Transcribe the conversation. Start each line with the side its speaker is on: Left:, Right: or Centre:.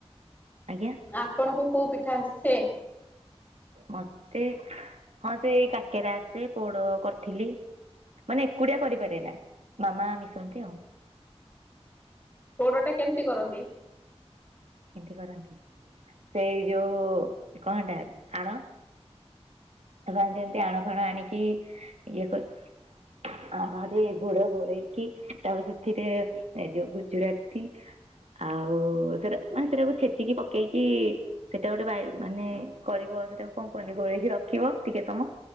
Right: ଆଜ୍ଞା।
Left: ଆପଣଙ୍କୁ କୋଉ ପିଠା ଆସେ?
Right: ମତେ ହଁ ସେଇ କାକେରା ଆସେ। ପୋଡ କରି ଥିଲି। ମାନେ ଏକୁଟିଆ କରିପାରେ ନା ମାମା ମିଶନ୍ତି ଆଉ।
Left: ପୋଡ଼ଟା କେମିତି କରନ୍ତି?
Right: କେନ୍ତି କରନ୍ତି? ସେଇ ଯୋଉଁ କଣ ହେଟା ଆଣ ସେମାନେ ଯେମତି ଆଣ ଫାଣ ଆଣିକି ଇଏ କରି। <unintelligible> ସେଥିରେ ଗୁଡ଼ ଘୋଳେଇକି ତାପରେ ସେଥିରେ ଏ ଯୋଉ ଗୁଜୁରାତି ଆଉ ସେଟା ମାନେ ସେଟାକୁ ଛେଚିକି ପକେଇକି ସେଇଟା ଗୋଟେ <unintelligible> ମାନେ କରିବ ସେଟାକୁ କଣ କହନ୍ତି ଗୋଳେଇକି ର ରଖିବ ଟିକେ ସମୟ।